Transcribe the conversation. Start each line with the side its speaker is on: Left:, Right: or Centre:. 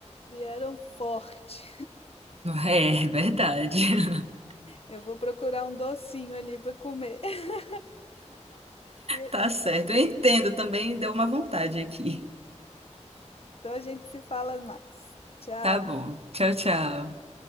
Left: vieram forte.
Right: É, é verdade. <laughs>
Left: Eu vou procurar um docinho ali para comer. <laughs> E-
Right: Tá certo. Eu entendo também, deu uma vontade aqui.
Left: Então a gente se fala mais. Tchau.
Right: Tá bom. Tchau, tchau.